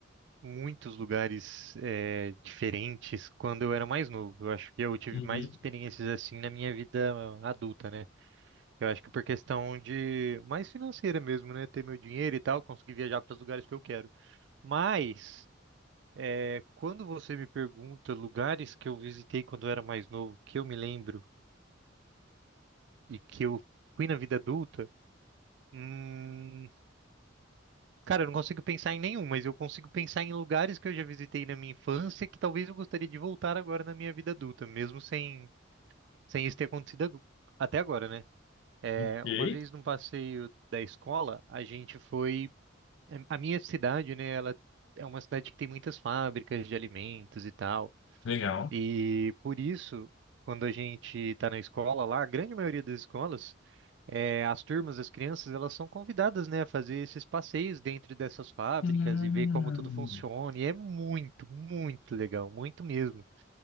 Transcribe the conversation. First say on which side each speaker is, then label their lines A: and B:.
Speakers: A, on the right; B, on the left.
A: muitos lugares é, diferentes quando eu era mais novo. Eu acho que eu tive
B: Uhum.
A: mais experiências assim na minha vida adulta, né? Eu acho que por questão de mais financeira mesmo, né? Ter meu dinheiro e tal, conseguir viajar para os lugares que eu quero. Mas é, quando você me pergunta lugares que eu visitei quando eu era mais novo, que eu me lembro e que eu fui na vida adulta, hum, Cara, eu não consigo pensar em nenhum, mas eu consigo pensar em lugares que eu já visitei na minha infância que talvez eu gostaria de voltar agora na minha vida adulta, mesmo sem, sem isso ter acontecido agu- até agora, né? É,
B: Ok,
A: uma vez num passeio da escola, a gente foi. A minha cidade, né? Ela é uma cidade que tem muitas fábricas de alimentos e tal.
B: legal.
A: E por isso, quando a gente tá na escola lá, a grande maioria das escolas. É, as turmas, as crianças, elas são convidadas, né, a fazer esses passeios dentro dessas fábricas
B: Hum.
A: e ver como tudo funciona. E é muito, muito legal, muito mesmo.